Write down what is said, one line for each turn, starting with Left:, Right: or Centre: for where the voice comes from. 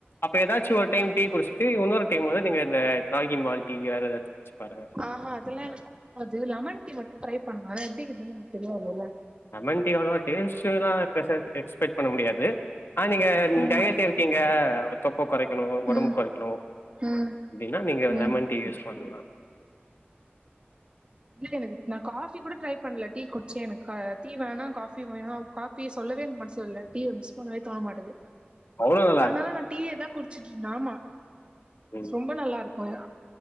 Left: அப்ப ஏதாச்சும் ஒரு டைம் டீ குடிச்சுட்டு இன்னொரு கக்கும் போது நீங்க இந்த ராகி மால்ட்டி வேற எதாச்சு பாருங்க
Right: ஆஹா அதெல்லா எனக்கு அது லெமன் டீ மட்டு ட்ரை பண்ண ஆனா எப்படி இருக்கு தெரியாதில்ல
Left: லெமண்டி அவ்வளவா டேஸ்ட் எல்லாம் பெருசா எக்ஸ்பெக்ட் பண்ண முடியாது ஆ நீங்க
Right: ம்
Left: டையட் இருக்கீங்க உப்ப குறைக்கணும் உடம்பு
Right: ம்
Left: குறைக்கணும்
Right: ம்
Left: அப்படின்னா நீங்க
Right: ம்
Left: லெமன் டீ யூஸ் பண்ணலாம்
Right: இல்ல எனக்கு நான் காஃபி கூட ட்ரை பண்ணல டீ குடிச்சேன் எனக்கு டீ வேனா காபி வேணா காபி சொல்லவே எனக்கு மனசுல இல்லை டீ வந்து மிஸ் பண்ணவே தோண மாட்டேது
Left: அவ்ளோ நல்லா
Right: அதனால
Left: இருக்கு
Right: நான் டீ ஏதா குடுத்து ச் ஆமா
Left: ம்
Right: ரொம்ப நல்லா இருக்கும்